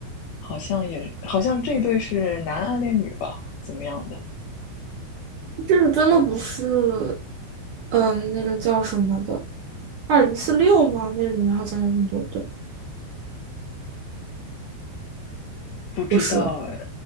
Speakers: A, on the left; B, on the right.
A: 好像也好像这一对是男暗恋女吧，怎么样的？
B: 这个真的不是，嗯，那个叫什么的，二零四六吗？那里面好像有很多对，
A: 不知道哎，
B: 不是啊。